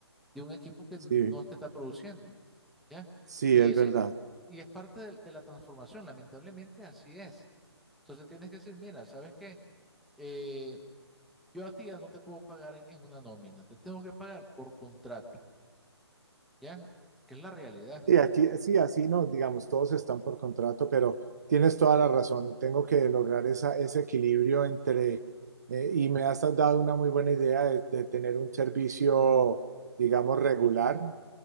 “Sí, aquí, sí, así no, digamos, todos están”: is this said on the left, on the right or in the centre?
Right